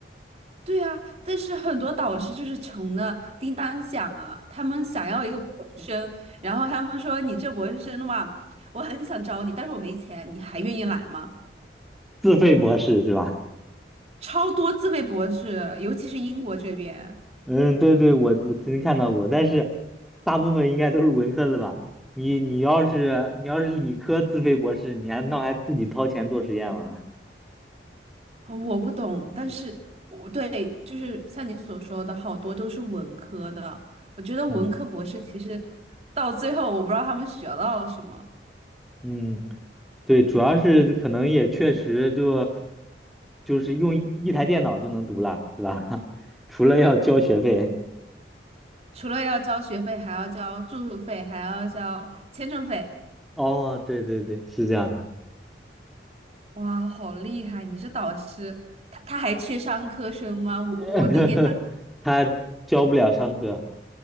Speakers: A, on the right; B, in the centre.
A: 对啊，但是很多导师就是穷的叮当响啊，他们想要一个博士生，然后他们说你这博士生的话，我很想招你，但是我没钱，你还愿意来吗？
B: 自费博士是吧？
A: 超多自费博士，尤其是英国这边，
B: <laughs> 嗯，对对，我我曾经看到过，但是大部分应该都是文科的吧？你你要是你要是理科自费博士，你还那还自己掏钱做实验吗？
A: 呃我不懂，但是我对，就是像你所说的，好多都是文科的。我觉得文科博士其实
B: 嗯
A: 到最后，我不知道他们学到了什么，
B: 嗯，对，主要是可能也确实就就是用一一台电脑就能读了，是吧？<laughs> 除了要交学费。
A: 除了要交学费，还要交住宿费，还要交签证费。
B: 哦，对对对，是这样的，
A: 哇，好厉害！你是导师，他他还缺商科生吗？我我能给他，
B: <laughs> 他教不了上课，